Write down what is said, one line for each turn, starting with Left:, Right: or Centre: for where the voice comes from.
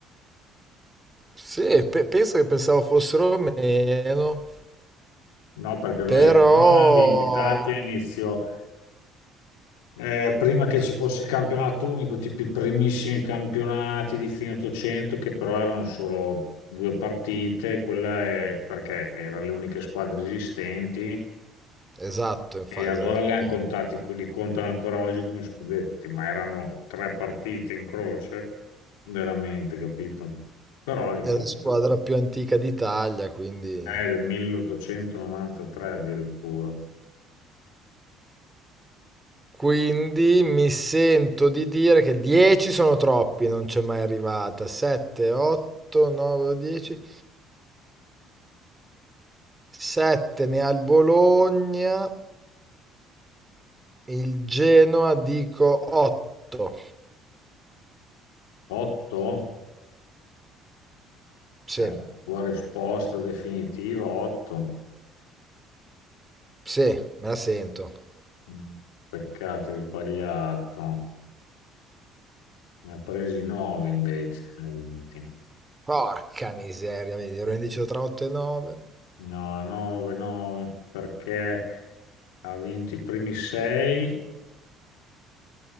Right: Sì, pe- penso che pensavo fossero meno,
Left: No, perché il
Right: però...
Left: Genoa ha vinti tanti a inizio Eh, prima che ci fosse il campionato unico, tipo i primissimi campionati di fine 800, che però erano solo due partite, quella è perché erano le uniche squadre esistenti
Right: Esatto, infa-
Left: e allora
Right: esatto, infatti,
Left: le hanno contati, li contano ancora oggi come scudetti, ma erano tre partite in croce, veramente, capito? Però li
Right: È
Left: contano.
Right: la squadra più antica d'Italia, quindi...
Left: È del 1893 addirittura.
Right: Quindi mi sento di dire che 10 sono troppi, non c'è mai arrivata. 7, 8, 9, 10. 7 ne ha il Bologna, il Genoa dico 8.
Left: 8
Right: Sì,
Left: è la tua risposta definitiva, 8.
Right: sì, me la sento.
Left: Mm. Peccato, hai sbagliato. Ne ha presi 9 invece, ne ha vinti.
Right: Porca miseria, vedi, ero indeciso tra 8 e 9.
Left: No, 9, 9, perché ha vinto i primi 6